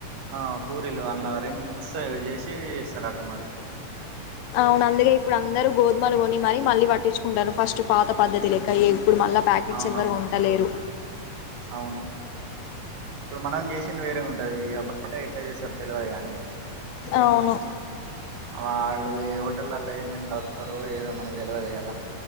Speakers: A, on the right (about 85°); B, on the left (about 85°).
A: ఆ పూరీలు, అన్లా రెండు మిక్స్ చేసి ఇస్తారట మరి.
B: అవును అందుకే ఇప్పుడు అందరు గోధుమలు కొని మరీ, మళ్ళీ పట్టించుకున్టరు ఫస్ట్ పాత పద్ధతి లెక్క ఏ ప్యాకెట్స్
A: అవునవును
B: ఎవ్వరు కొంటలేరు.
A: అవును. ఇప్పుడు మనం చేసింది వేరే ఉంటది, ఇగా బయట ఎట్లా చేస్తారో తెలువదు కదండి.
B: అవును
A: వాళ్ళు ఏ హోటలల్లో ఏమేం గలుపుతారో, ఏదో మన తెెలివదు కదా.